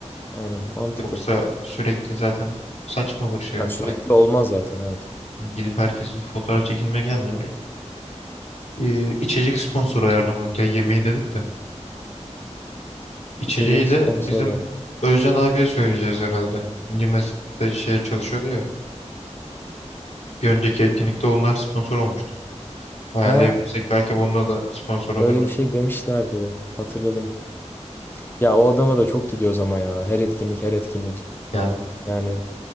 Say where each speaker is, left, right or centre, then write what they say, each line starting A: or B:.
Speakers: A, on the left; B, on the left.
A: Aynen mantıklı.
B: Yoksa sürekli zaten saçma olur şey.
A: Ya sürekli
B: Ay,
A: olmaz zaten evet.
B: Gidip herkes fotoğraf çekinmeye gelmiyor oraya. Ee, içecek sponsoru ayarlamadık ya. Yemeği dedik de. İçeceği
A: İçecek
B: de
A: sponsoru.
B: bizim Özcan abiye söyleyeceğiz herhalde. Limes'te şeye çalışıyordu ya. Bir önceki etkinlikte onlar sponsor olmuştu. Ayarlayabilirsek
A: Ha,
B: belki bununla da sponsor olurlar.
A: öyle bir şey demişlerdi. Hatırladım. Ya o adama da çok gidiyoruz ama ya. Her etkinlik her etkinlik.
B: Ya
A: Yani